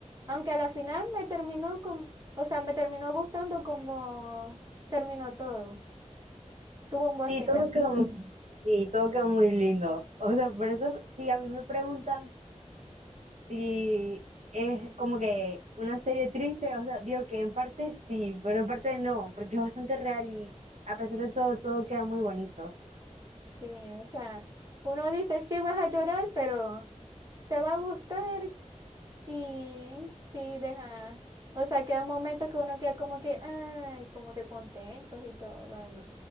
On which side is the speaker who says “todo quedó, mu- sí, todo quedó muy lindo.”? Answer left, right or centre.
Right